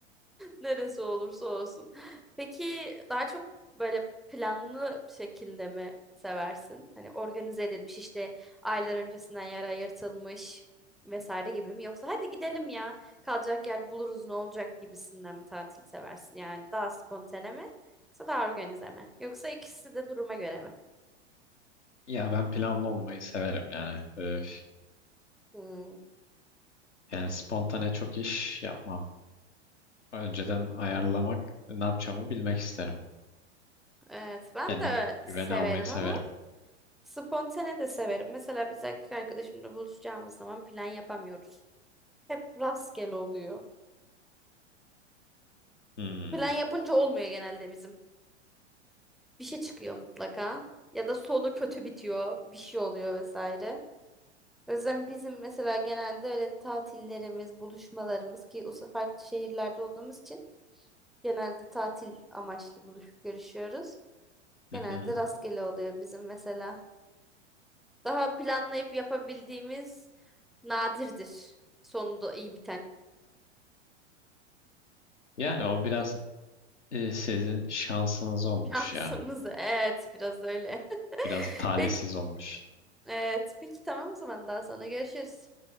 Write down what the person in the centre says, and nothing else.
Neresi olursa olsun. Peki daha çok böyle planlı bir şekilde mi seversin? Hani organize edilmiş işte aylar öncesinden yer ayırtılmış vesaire gibi mi? Yoksa hadi gidelim ya kalacak yer buluruz ne olacak gibisinden mi tatil seversin? Yani daha spontane mi? Yoksa daha organize mi? Yoksa ikisi de duruma göre mi?
Hmm,
evet ben
de
severim
ama spontane de severim. Mesela biz erkek arkadaşımla buluşacağımız zaman plan yapamıyoruz. Hep rastgele oluyor.
Plan yapınca olmuyor genelde bizim. Bir şey çıkıyor mutlaka. Ya da sonu kötü bitiyor. Bir şey oluyor vesaire. O yüzden bizim mesela genelde öyle tatillerimiz, buluşmalarımız ki uz- farklı şehirlerde olduğumuz için genelde tatil amaçlı buluşup görüşüyoruz.
Genelde
rastgele oluyor bizim mesela. Daha planlayıp yapabildiğimiz nadirdir. Sonunda iyi biten. <laughs>
Şansımız
evet biraz öyle.
<laughs>
Peki,
evet, peki tamam o zaman daha sonra görüşürüz.